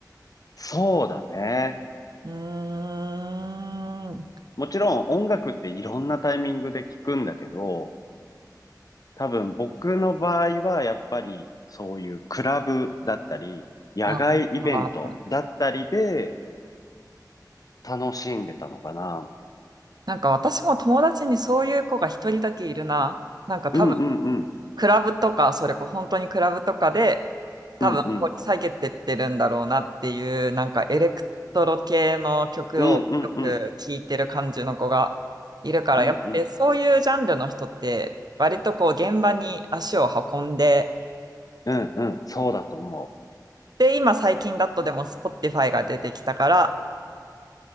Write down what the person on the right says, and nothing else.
うーん、
ああ
なんか私も友達にそういう子が一人だけいるな。なんか多分、
クラブとか、それこそ本当にクラブとかで、多分掘り下げてってるんだろうなっていう、
なんかエレクトロ系の曲をよく聴いてる感じの子がいるから、
やっぱりそういうジャンルの人って、割とこう現場に足を運んで、
で、今最近だとでも Spotify が出てきたから、